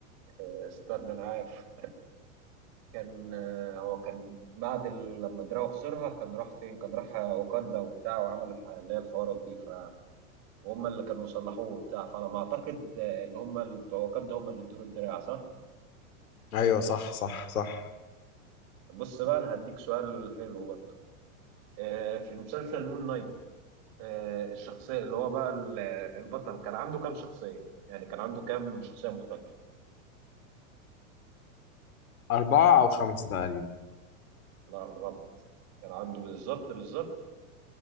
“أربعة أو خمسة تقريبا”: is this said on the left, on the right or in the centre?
Left